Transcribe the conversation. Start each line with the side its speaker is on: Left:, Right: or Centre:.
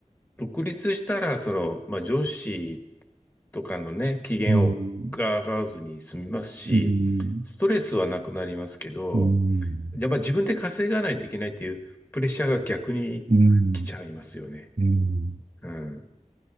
Left: 独立したら、その、まあ、上司とかのね、機嫌をが上がらずに済みますし、
Right: うん、うん、
Left: ストレスはなくなりますけど、
Right: うん、
Left: やっぱ自分で稼がないといけないっていうプレッシャーが逆に来ちゃいますよね。
Right: うん、うん
Left: うん。